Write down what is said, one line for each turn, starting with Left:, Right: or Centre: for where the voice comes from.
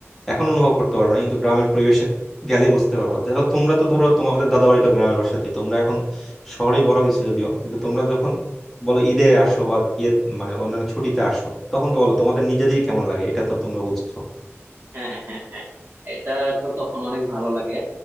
Centre: এখন অনুভব করতে পারবে না কিন্তু গ্রামের পরিবেশে গেলেই বুঝতে পারবা ধরো তোমরা তো ধরো তোমাদের দাদাবাড়ি তো গ্রামের বাসাতেই তোমরা এখন শহরেই বড় হয়েছো যদিও কিন্তু তোমরা যখন বলো ঈদে আসো বা ইয়ে মানে অন্যান্য ছুটিতে আসো তখন তো বলো তোমাদের নিজেদেরই কেমন লাগে এটা তো তোমরা বুঝছো
Right: হ্যাঁ হ্যাঁ হ্যাঁ এটা তো তখন অনেক ভালো লাগে